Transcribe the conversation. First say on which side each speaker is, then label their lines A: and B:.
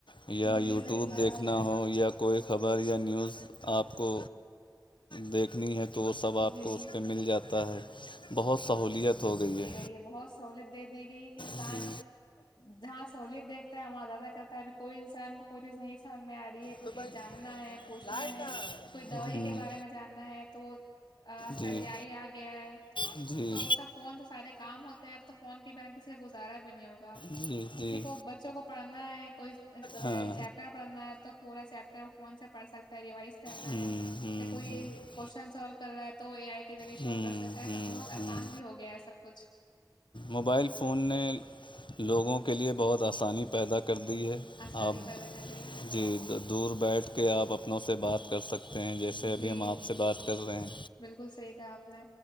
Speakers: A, on the left (about 85°); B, on the left (about 65°).
A: یا
B: جی
A: یوٹیوب
B: صحیح کرا
A: دیکھنا
B: آپ نے
A: ہو یا کوئی خبر یا نیوز آپ کو دیکھنی ہے تو وہ سب آپ
B: جی
A: کو اس پہ مل جاتا ہے بہت سہولیت ہو گئی ہے
B: یہ بہت سہولت دے دی گئی کہ انسان
A: جی
B: جہاں سہولیت دیکھتا ہے وہاں زیادہ کرتا ہے ابھی کوئی انسان کو کوئی چیز نہیں سمجھ میں آ رہی ہے کوئی
A: تو
B: چیز
A: بھائی
B: جاننا ہے پوچھنا
A: لائٹ
B: ہے
A: کہاں
B: کوئی دوائی
A: ہوں
B: کے بارے میں جاننا ہے تو آج
A: جی
B: کل یہ ہی آ گیا ہے
A: جی
B: تو سب فون سے سارے کام ہوتے ہیں اب تو فون کے بنا کسی کا گزارا بھی نہیں ہوگا
A: جی جی
B: کسی کو بچوں کو پڑھنا ہے کوئی
A: ہاں
B: چیپٹر پڑھنا ہے تو پورا چیپٹر وہ فون سے پڑھ سکتا ریوائز کرنا
A: ہوں
B: ہے
A: ہوں
B: یا کوئی
A: ہوں
B: کوشچن سالو کر رہا ہے تو اے آئی کے ذریعے سولو
A: ہوں
B: کر سکتا ہے
A: ہوں
B: تو بہت آسان
A: ہوں
B: بھی ہو گیا ہے سب کچھ
A: موبائل فون نے لوگوں کے لیے بہت آسانی پیدا کر دی ہے
B: آسانی
A: آپ
B: پیدا کر د ہے
A: جی دور بیٹھ کے آپ اپنوں سے بات کر سکتے ہیں جیسے ابھی
B: جی
A: ہم آپ سے بات کر رہے ہیں
B: بالکل صحیح کہا آپ نے